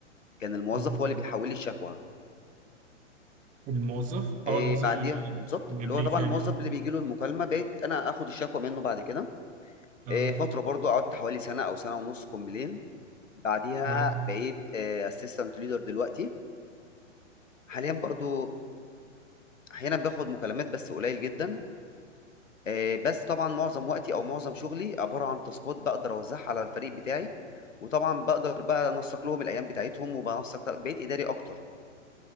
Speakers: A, on the left; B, on the right.
A: كان الموظف
B: اه
A: هو اللي بيحول لي الشكوى
B: الموظف اه
A: إيه
B: الموظف
A: بعديها
B: اللي
A: بالظبط
B: اللي
A: اللي
B: قبليك
A: هو طبعا
B: يعني
A: الموظف
B: اه
A: اللي بيجي له المكالمه بقيت انا اخد الشكوى منه بعد كده
B: اه
A: إيه فتره برضو قعدت حوالي سنه او سنه ونص كومبلين بعديها
B: اه
A: بقيت اسيستنت ليدر دلوقتي حاليا برضو احيانا باخد مكالمات بس قليل جدا آه، بس طبعا معظم وقتي او معظم شغلي عباره عن تاسكات بقدر اوزعها على الفريق بتاعي وطبعا بقدر بقى انسق لهم الايام بتاعتهم وبنسق طب- بقيت اداري اكتر